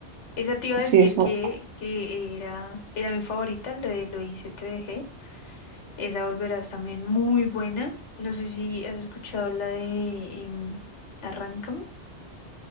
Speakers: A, on the left; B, on the right.
A: Esa te iba a
B: Sí,
A: decir
B: es... bu-
A: que, que era, era mi favorita, lo de Lo hice, te dejé. Esa volverás también muy buena. No sé si has escuchado la de em, Arráncame.